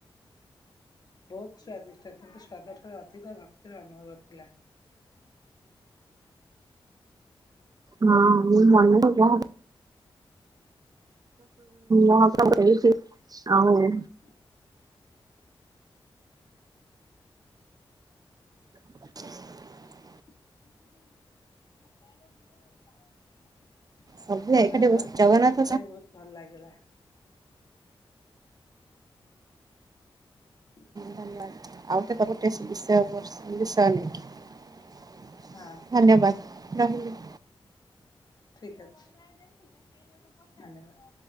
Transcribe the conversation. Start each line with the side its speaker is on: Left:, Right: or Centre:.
Left: ବହୁତ ସଵାଦିଷ୍ଟ କିନ୍ତୁ ସ୍ୱାଦ ଠାରୁ ଅଧିକ ଭକ୍ତିର ଅନୁଭବ ଥିଲା
Right: ହଁ ମୁ ମ କ <inaudible> ମହସବ ହେଇଛି ଆଉ <inaudible>
Left: ହଁ <inaudible>
Right: <inaudible>
Left: ମୁ ମୁ ବେଡ଼ ମୁ ଯ <inaudible>
Right: ସବୁ
Left: ଆଉ
Right: ଏକାଠି
Left: ସାଙ୍ଗ
Right: ବସି
Left: ତମ
Right: ଜଗନ୍ନାଥ
Left: ସା କଥା ବି ବହୁତ ଭଲ ଲାଗିଲା। ହୁଁ <inaudible>
Right: ଧନ୍ୟବାଦ। ଆଉ ତ ତା ଗୋଟେଷ୍ଟ ବିଷୟ ବିଷୟ ନେଇକି <inaudible>
Left: ହଁ
Right: ଧନ୍ୟବାଦ ରହିଲି।
Left: ଠିକ୍ ଅଛି ଧନ୍ୟବାଦ।